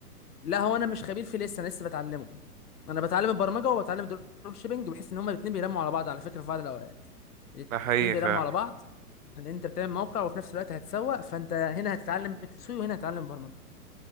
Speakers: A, on the left; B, on the right.
A: لا هو انا مش خبير فيه لسه انا لسه بتعلمه انا بتعلم البرمجه وبتعلم الدروب شيبنج بحيث ان هما الاثنين بيرموا على بعض على فكره في بعض الاوقات الاثنين
B: ده حقيقي
A: بيرموا
B: فعلا
A: على بعض ان انت بتعمل موقع وفي نفس الوقت هتسوق فانت هنا هتتعلم التسويق وهنا هتتعلم البرمجه